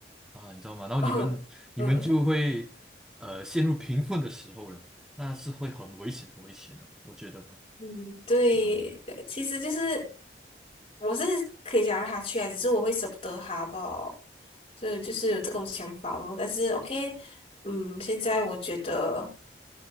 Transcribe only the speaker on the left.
<laughs> 嗯
嗯，对，
呃其实就是我是可以想让他去啊，只是我会舍不得他吧，所以就是有这种想法咯。但是 OK，嗯，现在我觉得